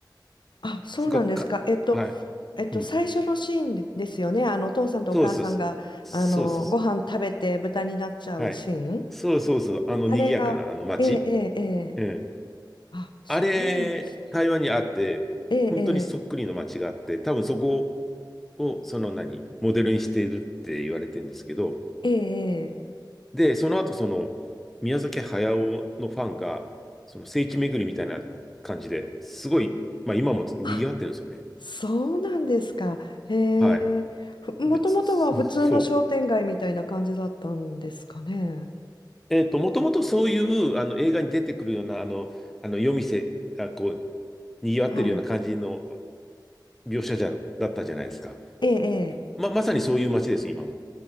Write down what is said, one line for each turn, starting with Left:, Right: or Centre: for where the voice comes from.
Left: あ、そうなんですか。
Centre: そこはか、
Left: えっと、
Centre: はい。
Left: えっと、
Centre: うん。
Left: 最初のシーンでですよね。あの、お父さんとお母さんが、
Centre: そうそうそう。そうそうそ
Left: あの、ご飯食べて豚になっちゃうシーン。
Centre: う。はい。そうそうそう。あの賑やかなあの街。
Left: あれが、ええ、ええ、ええ。
Centre: うん。
Left: あ、そうなんですね。
Centre: あれ、台湾にあって、
Left: ええ、
Centre: 本当にそっくりの街があって、多分そこをその何、モデルにしているって言われてるんですけど、
Left: ええ、ええ。ええ
Centre: で、その後、その、宮崎駿のファンが、その聖地巡りみたいな感じですごい、まあ今も賑わってるんですよね。
Left: あ、そうなんですか。へ
Centre: はい。
Left: え。ふもともとは普通の商店街みたいな感じだったんですかね。
Centre: で、そそう。えっと、もともとそういうあの映画に出てくるような、あの、あの夜店がこう、賑わってるような感じの
Left: はい。
Centre: 描写じゃ、だったじゃないですか。
Left: ええ、え
Centre: ま、まさにそういう街です、今も。